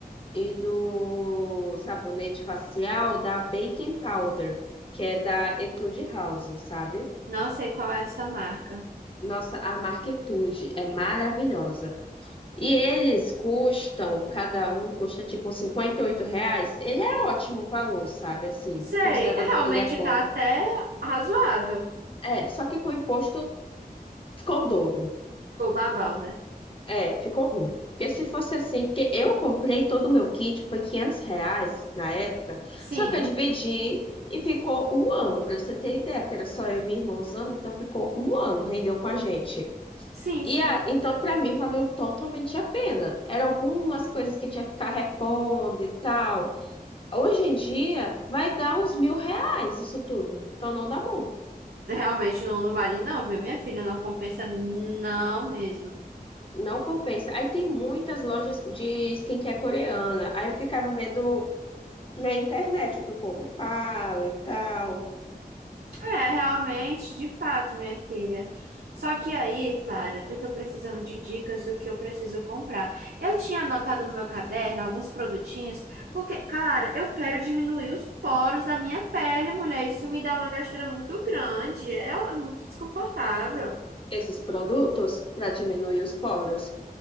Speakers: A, on the left; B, on the right.
A: e do sabonete facial da Baking Powder, que é da Etude House, sabe?
B: Não sei qual é essa marca.
A: Nossa, a marca Etude é maravilhosa. E eles custam, cada um custa tipo 58 reais. Ele é ótimo valor, sabe? Assim,
B: Sei,
A: considerando
B: realmente
A: que ele é bom.
B: tá até razoável.
A: É, só que com o imposto ficou o dobro.
B: Ficou babau, né?
A: É, ficou ruim. Porque se fosse assim, porque eu comprei todo o meu kit, foi 500 reais na época,
B: Sim,
A: só que eu dividi e ficou um ano, para você ter ideia, porque era só eu e minha irmã usando, então ficou um ano, rendeu com a gente.
B: sim,
A: E
B: sim.
A: a- então, para mim, valeu totalmente a pena. Eram algumas coisas que tinha que ficar repondo e tal, Hoje em dia, vai dar uns mil reais isso tudo. Então não dá bom.
B: Realmente não, não vale, não, viu, minha filha? Não compensa, não mesmo.
A: Não compensa. Aí tem muitas lojas de skincare coreana. Aí eu ficava vendo na internet o que o povo fala e tal.
B: É, realmente, de fato, minha filha. Só que aí, Clara, eu tô precisando de dicas do que eu preciso comprar. Eu tinha anotado no meu caderno alguns produtinhos, porque, cara, eu quero diminuir os poros da minha pele, mulher. Isso me dá uma gastura muito grande, é muito desconfortável.
A: Esses produtos para diminuir os poros.